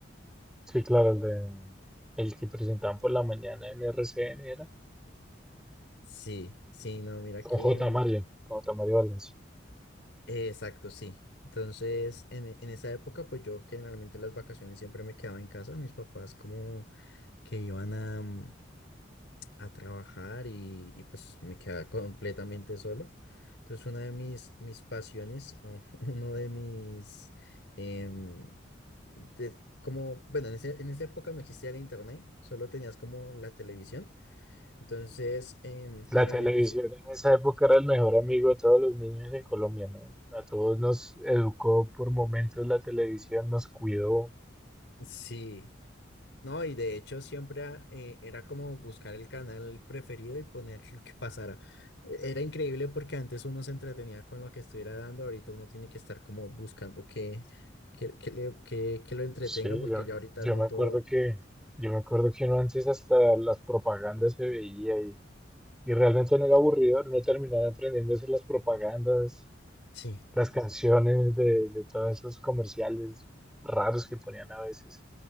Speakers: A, in the centre; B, on the left (about 65°).
A: Sí, claro, el de el que presentaban por la mañana en RCN era
B: Sí, sí, no, mira
A: con
B: que...
A: J.
B: mm,
A: Mario, con J. Mario Valencia.
B: eh, Exacto, sí. Entonces, en, en esa época, pues yo generalmente las vacaciones siempre me quedaba en casa. Mis papás como que iban a, mm, a trabajar y, y, pues me quedaba completamente solo. Entonces una de mis, mis pasiones o <laughs> uno de mis... em, de- como, bueno, en, ese- en esa época no existía el internet, solo tenías como la televisión. Entonces, em, generalmente...
A: La televisión
B: Sí,
A: en esa época era el mejor amigo de todos los niños en Colombia, ¿no? A todos nos educó por momentos la televisión, nos cuidó.
B: sí, No, y de hecho siempre ah, eh, era como buscar el canal preferido y poner lo que pasara. E- Era increíble porque antes uno se entretenía con lo que estuviera dando, ahorita uno tiene que estar como buscando que, que, que le- que- que lo entretenga
A: Sí,
B: porque
A: yo,
B: ya ahorita
A: yo
B: no
A: me
B: todo,
A: acuerdo que yo me acuerdo que uno antes hasta las propagandas se veía y, y realmente no era aburrido, no terminaba aprendiéndose las propagandas,
B: sí,
A: las canciones de, de todos esos comerciales raros que ponían a veces.